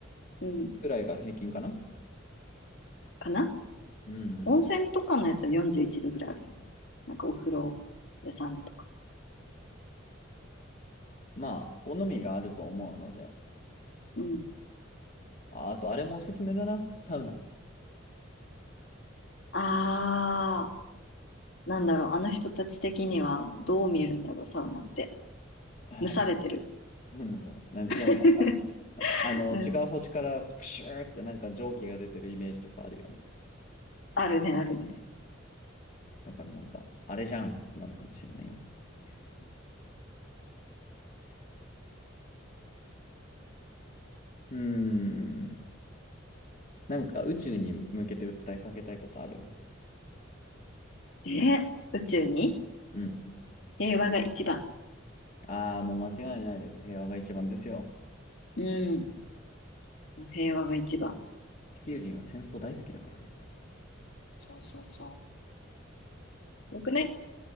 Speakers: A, on the left (about 65°); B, on the left (about 40°).
A: うん、
B: くらいが平均かな
A: かな
B: うんうん。
A: 温泉とかのやつは41度ぐらいあるよね。なんかお風呂屋さんのとか。
B: まあ、好みがあると思うので。
A: うん。
B: ああと、あれもおすすめだな。サウナ。
A: あー、なんだろう、あの人たち的にはどう見えるんだろう、サウナって。
B: ああ、
A: 蒸されてる。
B: どう、どうなんだろう。なんか、でもなんか、
A: <laughs>
B: あの、
A: うん。
B: 違う星からプシューってなんか蒸気が出てるイメージとかあるよね。
A: あるね、あるね。
B: だからなんか、あれじゃんってなるかもしれないよ。うーん。なんか宇宙に向けて訴えかけたいことある
A: え、宇宙に
B: うん。
A: 平和が一番。
B: ああ、もう間違いないです。平和が一番ですよ。
A: うん。もう平和が一番。
B: 地球人は戦争大好きだからね。
A: そうそうそう。よくね